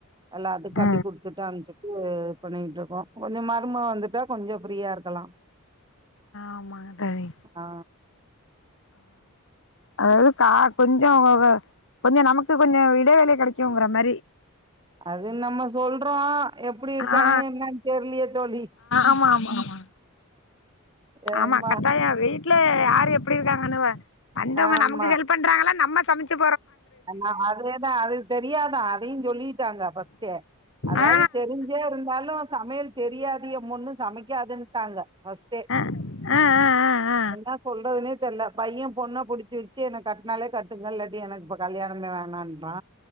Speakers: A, on the right (about 20°); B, on the left (about 65°).
A: எல்லாத்துக் கட்டி
B: ஆ
A: குடுத்துட்டு அம்ச்சு இது பண்ணிகிட்ருக்கோ கொஞ்சொ மருமக வந்துட்டா கொஞ்சொ ஃப்ரியாரு க்கலா
B: ஆமாங்க தோழி
A: ஆ
B: அதாவ்து கா கொஞ்சோ கொஞ்சொ நமக்கு கொஞ்சொ இடைவேளி கெடைக்குங்குற மாரி
A: அது நம்ம சொல்றோ எப்பிடி இருக்காங்க
B: ஆ
A: என்னன் தெர்லயே தோழி
B: ஆமா ஆமா ஆமா
A: ஏம்மா
B: ஆமா கட்டாயோ வீட்ல யார் எப்டி இருக்காங்கன்னுவ வந்தவுங்க
A: ஆமா
B: நமக்கு ஹெல்ப் பண்றாங்களா நம்ம சமச்சு
A: ஆமா அதேதா அது தெரியாதா அதையு சொல்லிட்டாங்க ஃபஸ்ட்டே அதாது
B: ஆ
A: தெரிஞ்சே இருந்தாலு சமையல் தெரியா து எம் பொண்ணு சமைக்காதுன்ட்டாங்க ஃபஸ்ட்டே
B: அ ஆ ஆ ஆ ஆ
A: என்னா சொல்றதுனே தெர்ல பைய பொண்ண புடுச்சுருச்சு எனக் கட்னாலே கட்டுங்க இல்லாட்டி எனக் ப கல்யாணமே வேணான் றா